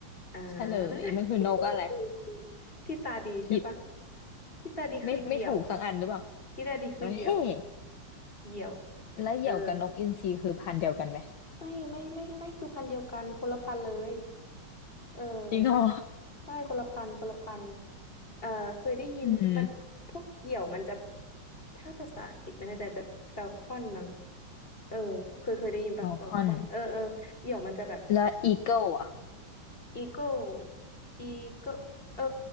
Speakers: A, on the left; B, on the left.
A: อ่า
B: เฉลยมันคือนกอะไร
A: <laughs> ที่ตาดีใช่ปะ
B: ผิด
A: ที่ตาดีคือเหยี่ยว
B: ไม่ไม่ถูกสักอันหรือเปล่า
A: ที่ตาดีคือเหยี่ยว
B: เฮ้ย
A: เหยี่ยว
B: แล้วเหยี่ยวกับนกอินทรีคือพันธุ์เดียวกันไหม
A: เออไม่ไม่ไม่ไม่คือพันธุ์เดียวกันคนละพันธุ์เลยเออ
B: จริงเหรอ
A: ป้ายคนละพันคนละพันเอ่อเคยได้ยิน
B: อืม
A: มันพวกเหยี่ยวมันจะ ถ้าภาษาอังกฤษไม่แน่ใจจะแฟลคอนมั้งเออเคยเคยได้ยินปะแฟลคอนเออเออเหยี่ยวมันจะแบบ
B: ฟอลคอนแล้วอีเกิลอ่ะ
A: อีโก้อีโก้เออ